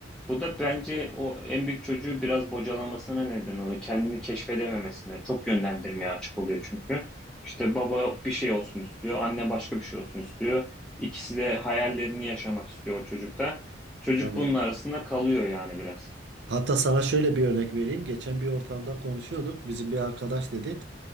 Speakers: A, in the centre; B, on the right (about 65°).
A: Bu da bence o en büyük çocuğu biraz bocalamasına neden oluyor. Kendini keşfedememesine. Çok yönlendirmeye açık oluyor çünkü. İşte baba bir şey olsun istiyor, anne başka bir şey olsun istiyor. İkisi de hayallerini yaşamak istiyor o çocukta. Çocuk
B: Tabii.
A: bunun arasında kalıyor yani biraz.
B: Hatta sana şöyle bir örnek vereyim. Geçen bir ortamda konuşuyorduk. Bizim bir arkadaş dedi.